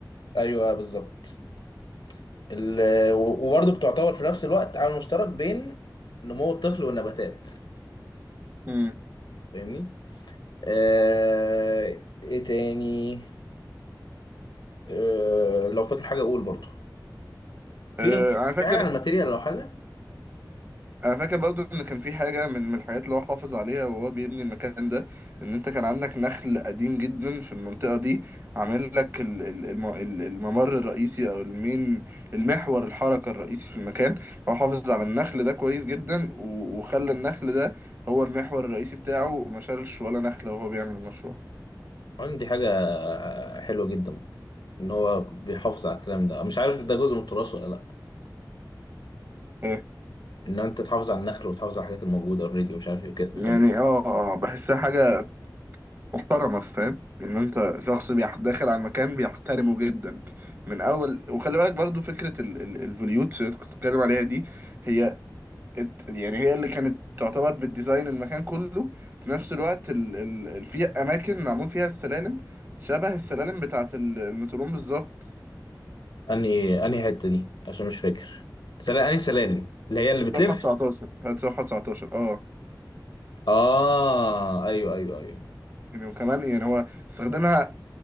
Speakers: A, on the left; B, on the right.
A: ايوه بالظبط ال- وبرضو بتعتبر في نفس الوقت عامل مشترك بين نمو الطفل والنباتات
B: امم
A: فاهمني آه، ايه تاني آه، لو فاكر حاجة اقول برضو في
B: أه
A: في
B: أنا
A: في
B: فاكر
A: حاجة عن الماتيريال لو حاجة
B: انا فاكر برضو ان كان في حاجه من من الحاجات اللي هو حافظ عليها وهو بيبني المكان ده ان انت كان عندك نخل قديم جدا في المنطقه دي عامل لك ال- ال- الم- ال- الممر الرئيسي او المين المحور الحركه الرئيسي في المكان هو حافظ على النخل ده كويس جدا و- وخلى النخل ده هو المحور الرئيسي بتاعه وما شالش ولا نخله وهو بيعمل المشروع
A: عندي حاجة حلوة جدا برضه، إن هو بيحافظ على الكلام ده مش عارف ده جزء من التراث ولا لأ
B: إيه؟
A: إن أنت تحافظ على النخل وتحافظ على الحاجات الموجودة أوريدي ومش عارف إيه وكده فاهمني
B: يعني اه آه، بحسها حاجه محترمة فاهم ان انت شخص بيح- داخل على المكان بيحترمه جدا من اول وخلي بالك برضو فكرة ال... ال... الفوليوت اللي كنت بتتكلم عليها دي هي ات... يعني هي اللي كانت تعتبر بالديزاين المكان كله في نفس الوقت ال... ال... ال... في اماكن معمول فيها السلالم شبه السلالم بتاعة ال- المتروم بالظبط
A: أنهي أنهي حتة دي عشان مش فاكر سلالم أنهي سلالم اللي هي اللي بتلف
B: صفحة 19 هات صفحة 19 اه
A: آه أيوه أيوه أيوه
B: يعني وكمان يعني هو استخدمها